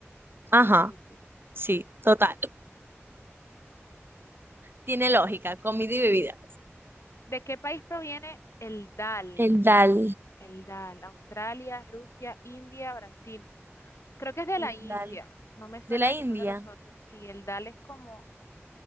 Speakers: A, on the right (about 50°); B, on the left (about 80°).
A: ajá.
B: sí, sí, sí.
A: Sí, total. Tiene lógica, comida y bebidas.
B: ¿De qué país proviene el dal?
A: El dal.
B: El dal, Australia, Rusia, India, Brasil. Creo que es de
A: El
B: la India,
A: dal.
B: no me suena
A: De la
B: de
A: India.
B: ninguno de los otros. Sí, el dal es como,